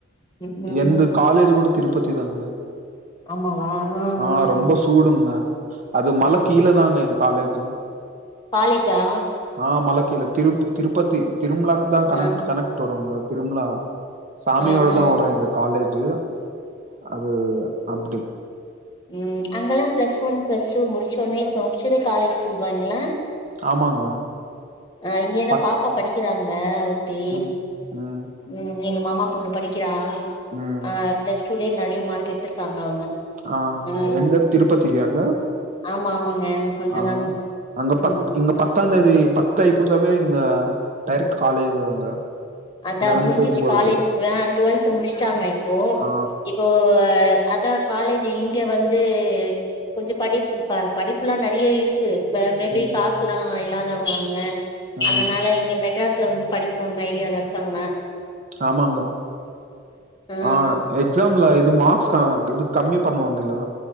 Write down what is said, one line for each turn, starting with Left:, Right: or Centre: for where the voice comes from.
Left: ம் ம்
Right: எந்த காலேஜ் கூட திருப்பதி தாங்க
Left: ஆமாவா ஆ
Right: ஆஹ்
Left: ஆ
Right: ரொம்ப சூடுங்க அது மல
Left: ம்
Right: கீழ தாங்க எங்க காலேஜ்
Left: காலேஜா
Right: ஆ மலை கீழ திருப் திருப்பதி திருமழாவுக்கு தா கனக்ட்
Left: ஆ
Right: கனெட் வருவங்க ரும்லா சாமியோட
Left: ஆ ஆ
Right: தா வரு எங்க காலேஜ் ஜு அது அப்டி
Left: உம் அங்கல்லா பிளஸ் ஒன் பிளஸ் டூ முடிச்ச உடனே இருப்ப முடிச்சதே காலேஜ் ல்வாங்களா
Right: ஆமாங்க
Left: ஆஹ் இங்க என்ன
Right: பத்
Left: பாப்பா படிக் க்கிறாங்க தே
Right: ம் ம்
Left: ம் எங் மாம் ம்மா பொண்ணு படிக்கிறா
Right: ம்
Left: ஆஹ் ப்ளஸ்ட் டூ ளே நெறைய மார்க் எடுத்ருக்காங்க அவங்க
Right: ஆஹ்
Left: ம்
Right: எங்க திருப்பதிலையாங்க
Left: ஆமா ஆமாங்க அங்கதாங்க
Right: ஆஹ் அங்க பத்
Left: ம்
Right: இங் பத்தா தேதி பத்து ஐப்புட்த்தாவே இங்க டேரக்ட் காலேஜ் தாங்க
Left: அதா
Right: லெவன்த்து
Left: முடிஞ்சிச்சு
Right: டுவெல்த்து
Left: காலேஜ் கூறா டுவெல்த் முடிச்சிட்டாங்க இப்போ
Right: ஆ
Left: இப்போ அதா காலேஜ் இங்க வந்து கொஞ்சோ படி படிப்புல்லாம் நறைய இருக்கு மேபி
Right: ம்
Left: காசலா இல்லா தவுங்க அவுங்க
Right: ம்
Left: அதனால இங்க மெ ட்ராஸ்ல வந்து படிக்கனுனு ஐடியாலா காங்க
Right: ஆமாங்க
Left: ஆ
Right: ஆஹ எக்ஸாம்ல இது மார்க்ஸ் இது கம்மி பண்ணுவாங்கள்ளா